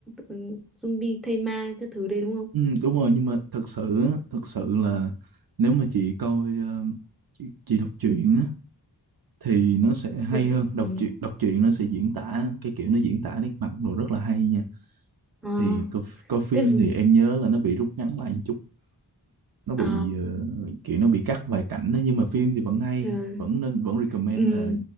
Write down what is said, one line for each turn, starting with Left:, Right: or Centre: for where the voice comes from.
Centre: ừ, zombie thây ma cái thứ đấy đúng không
Right: ừ, đúng rồi nhưng mà thật sự á, thật sự là nếu mà chị coi ờ, chị, chị đọc truyện á thì nó sẽ hay
Centre: ừ,
Right: hơn đọc
Centre: ừ.
Right: truyện đọc truyện nó sẽ diễn tả cái kiểu nó diễn tả nét mặt đồ rất là hay nha
Centre: Ờ,
Right: thì coi, coi phim
Centre: tức là
Right: thì em nhớ là nó bị rút ngắn lại một chút nó bị
Centre: ờ,
Right: ờ, kiểu nó bị cắt vài cảnh đó, nhưng mà phim thì vẫn hay
Centre: trời,
Right: vẫn nên vẫn recommend
Centre: ừ.
Right: là